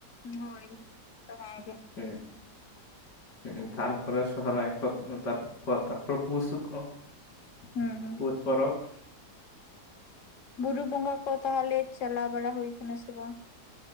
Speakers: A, on the left; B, on the left.
A: ᱦᱳᱭ ᱛᱟᱸᱦᱮ ᱜᱮ
B: ᱦᱮᱸ ᱦ ᱛᱟᱨᱯᱚᱨᱮ ᱥᱚᱦᱚᱨᱟᱭ ᱠᱚ ᱯᱚᱛᱚ ᱠᱚ ᱛᱟᱨᱯᱚᱨᱮ ᱵᱩ ᱥᱩᱠᱚ
A: ᱦᱩᱸ ᱦᱩᱸ
B: ᱯᱳᱥ ᱯᱚᱨᱚᱵᱽ
A: ᱵᱩᱨᱩ ᱵᱚᱸᱜᱟ ᱠᱚ ᱛᱟᱦᱚᱞᱮ ᱪᱟᱞᱟᱣ ᱵᱟᱲᱟ ᱦᱩᱭ ᱟᱠᱟᱱᱟ ᱥᱮ ᱵᱟᱝ